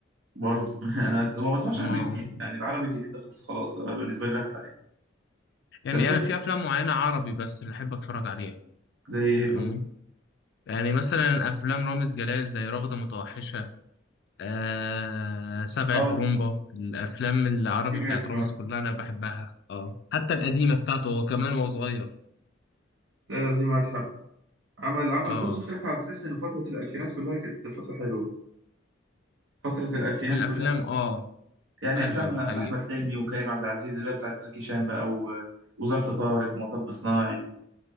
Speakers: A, on the right; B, on the left.
A: برضه <laughs> انا ز- ما بسمعش
B: ما
A: عربي جديد يعني العربي الجديد ده خلاص خلاص انا بالنسبه لي راحت عليه
B: يعني
A: انت بتحب
B: انا في افلام معينه عربي بس اللي احب اتفرج عليها
A: زي ايه
B: فاهمني
A: طيب
B: يعني مثلا افلام رامز جلال زي رغده متوحشه آه سبع
A: اه
B: البرومبا
A: آه.
B: الافلام العربي
A: ماشي
B: بتاعت رامز
A: معاك
B: كلها انا بحبها اه حتى القديمه بتاعته هو كمان وهو صغير
A: لا لا في دي معاك حق عمل عمل
B: اه
A: بص بصراحة هتحس إن فترة الألفينات كلها كانت فترة حلوة فترة الألفينات
B: في الافلام
A: كلها
B: اه
A: يعني
B: ايوه
A: أفلام
B: ايوه
A: أحمد
B: حقيقي
A: حلمي وكريم عبد العزيز اللي هي بتاعت زكي شان بقى و... وظرف طارق ومطب صناعي